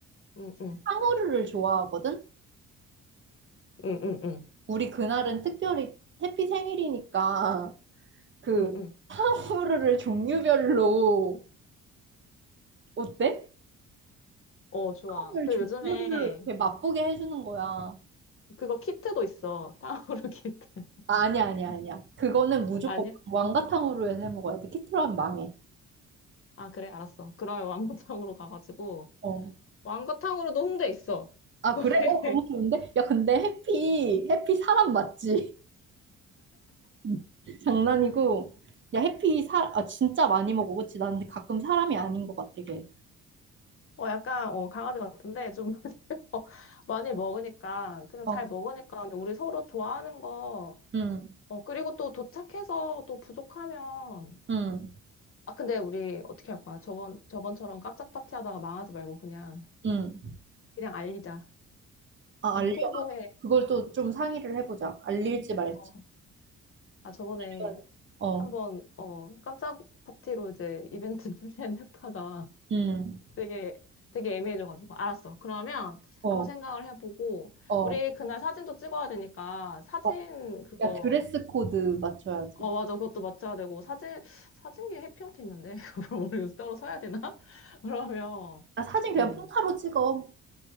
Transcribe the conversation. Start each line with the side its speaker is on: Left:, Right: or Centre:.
Left: 응, 응,
Right: 탕후루를 좋아하거든?
Left: 응, 응, 응,
Right: 우리 그날은 특별히 해피 생일이니까 그
Left: 응, 응.
Right: 탕후루를 종류별로 어때?
Left: 어, 좋아.
Right: 탕후루를
Left: 그
Right: 종류별로
Left: 요즘에
Right: 이렇게 맛보게 해주는 거야. 아,
Left: 그거 키트도 있어. <laughs> 타오르 키트.
Right: 아니야, 아니야,
Left: <laughs>
Right: 아니야. 그거는 무조건
Left: 아니야?
Right: 왕가탕후루에서 해 먹어야 돼. 키트로 하면 망해.
Left: 아, 그래, 알았어. 그러면 왕거탕으로 가가지고.
Right: 어.
Left: 왕거탕으로도 홍대 있어.
Right: 아,
Left: <laughs>
Right: 그래? 어, 너무 좋은데? 야, 근데 해피, 해피 사람 맞지? <laughs> 장난이고. 야, 해피 사, 아, 진짜 많이 먹어. 그치? 난 근데 가끔 사람이 아닌 것 같아, 걔.
Left: 어, 약간, 어, 강아지 같은데, 좀 <laughs> 많이, 어, 많이 먹으니까, 그냥
Right: 어,
Left: 잘 먹으니까, 그냥 우리 서로 좋아하는 거,
Right: 응,
Left: 어, 그리고 또 도착해서 또 부족하면,
Right: 응,
Left: 아, 근데 우리 어떻게 할 거야? 저번, 저번처럼 깜짝 파티 하다가 망하지 말고 그냥,
Right: 응.
Left: 그냥 알리자.
Right: 아,
Left: 그냥
Right: 알려.
Left: 통보해.
Right: 그걸 또 좀 상의를 해보자. 알릴지 말지.
Left: 어, 아, 저번에
Right: 응. 어.
Left: 한번, 어, 깜짝 파티로 이제 이벤트 <laughs> 준비했다가,
Right: 음,
Left: 되게 되게 애매해져가지고 알았어. 그러면
Right: 어,
Left: 한번 생각을 해보고
Right: 어,
Left: 우리 그날 사진도 찍어야 되니까 사진
Right: 와,
Left: 그거
Right: 야, 드레스 코드 맞춰야지.
Left: 어 맞아 그것도 맞춰야 되고 사진 사진기 해피언트 있는데 <laughs> 그걸 우리 따로 사야 되나? <laughs> 그러면
Right: 아, 사진 그냥
Left: 음
Right: 폰타로 찍어.